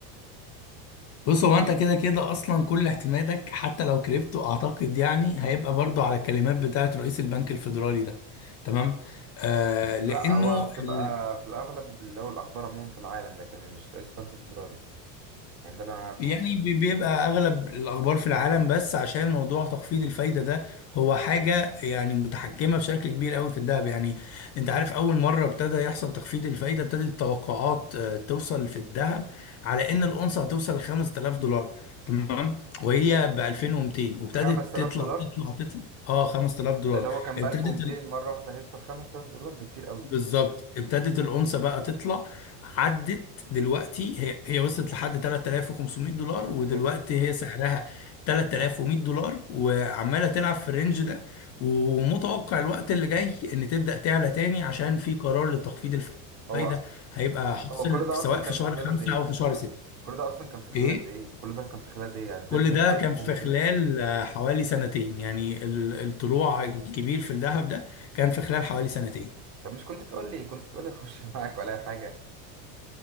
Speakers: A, on the left; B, on the right.
A: بص هو انت كده كده اصلا كل اعتمادك حتى لو كريبتو اعتقد يعني هيبقى برضو على الكلمات بتاعت رئيس البنك الفيدرالي ده تمام آه لانه
B: لا هو بتبقى
A: بالظبط
B: في الاغلب اللي هو الاخبار عموما في العالم لكن مش رئيس البنك الفيدرالي يعني ده اللي انا عارفه
A: يعني بي- بيبقى اغلب الاخبار في العالم بس عشان موضوع تخفيض الفايده ده هو حاجه يعني متحكمه بشكل كبير قوي في الذهب يعني انت عارف اول مره ابتدى يحصل تخفيض الفايده ابتدت التوقعات آه، توصل في الذهب على ان الاونصه هتوصل ل 5000 دولار تمام وهي ب 2200 وابتدت
B: 5000
A: تطلع
B: دولار
A: تطلع تطلع اه 5000 دولار
B: ده اللي هو كان
A: ابتدت
B: ب 1200 مرة واحدة هيوصل 5000 دولار بكتير قوي
A: بالظبط ابتدت الأونصة بقى تطلع عدت دلوقتي هي هي وصلت لحد 3500 دولار ودلوقتي
B: اوف
A: هي سعرها 3100 دولار وعمالة تلعب في الرينج ده ومتوقع الوقت اللي جاي ان تبدأ تعلى تاني عشان في قرار لتخفيض الفايدة
B: هو
A: هيبقى حاصل
B: هو كل ده
A: في- سواء
B: اصلا
A: في
B: كان
A: شهر
B: في خلال
A: خمسة
B: قد ايه
A: او في شهر ستة
B: كل ده اصلا كان في خلال
A: ايه
B: قد ايه كل ده كان في خلال قد ايه يعني زادت
A: كل ده
B: من 1200
A: كان في خلال آه، حوالي سنتين يعني ال- الطلوع الكبير في الذهب ده كان في خلال حوالي سنتين
B: طب مش كنت تقول لي كنت تقول لي اخش <laughs> معاك ولا اي حاجه